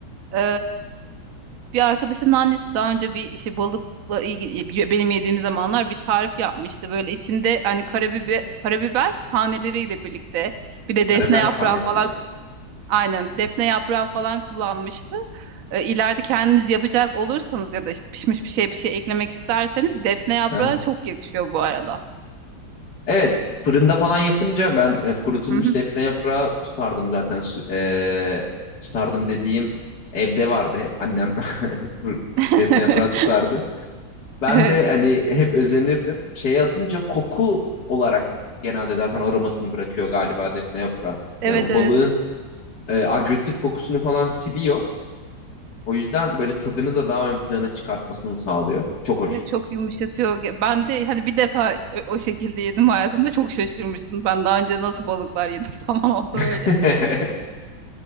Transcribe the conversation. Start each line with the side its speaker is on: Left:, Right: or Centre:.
Right: e, bir arkadaşımın annesi daha önce bir şey balıkla ilgili benim yediğim zamanlar bir tarif yapmıştı. Böyle içinde hani karabiber, karabiber taneleriyle birlikte bir de
Left: Karabiber
Right: defne yaprağı
Left: tanesiyle.
Right: falan Aynen. Defne yaprağı falan kullanmıştı. E, ileride kendiniz yapacak olursanız ya da işte pişmiş bir şey bir şey eklemek isterseniz defne yaprağı
Left: Hı.
Right: çok yakışıyor bu arada.
Left: Evet, fırında falan yapınca ben e, kurutulmuş
Right: Hı hı.
Left: defne yaprağı tutardım zaten. Sü- e, tutardım dediğim evde vardı hep annem. <laughs>
Right: <laughs>
Left: Defne yaprağı tutardı. Ben
Right: Evet.
Left: de hani hep özenirdim. Şeye atınca koku olarak genelde zaten aromasını bırakıyor galiba defne yaprağı.
Right: Evet
Left: Yani o
Right: evet.
Left: balığın e, agresif kokusunu falan siliyor. O yüzden böyle tadını da daha ön plana çıkartmasını sağlıyor. Çok hoş.
Right: Evet çok yumuşatıyor. Ge- Ben de hani bir defa e, o şekilde yedim hayatımda çok şaşırmıştım. Ben daha önce nasıl balıklar yedim <laughs> falan oldu böyle.
Left: <laughs>